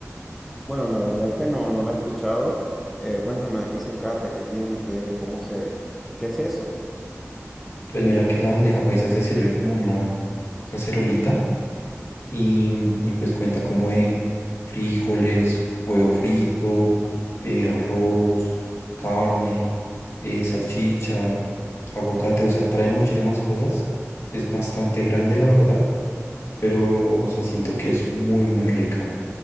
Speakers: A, in the centre; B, on the left.
A: Bueno, la verdad es que no, no la he escuchado. Eh, cuéntame de qué se trata, qué tiene, qué, cómo se, qué es eso.
B: Pues mira que la bandeja paisa se sirve como una cacerolita y, y pues cuenta como de frijoles, huevo frito, eh, arroz, carne, eh, salchicha, aguacate, o sea, trae muchísimas cosas. Es bastante grande, la verdad, pero, o sea, siento que es muy, muy rica.